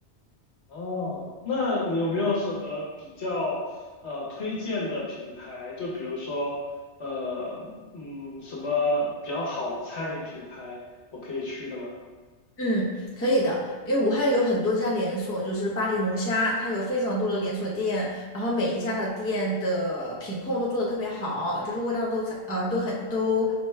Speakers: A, on the left; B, on the left.
A: 哦，那你有没有什么比较呃推荐的品牌？就比如说呃嗯什么比较好的餐饮品牌，我可以去的吗？
B: 嗯，可以的，因为武汉有很多家连锁，就是巴黎龙虾，它有非常多的连锁店，然后每一家的店的品控都做得特别好，就是味道都差呃都很都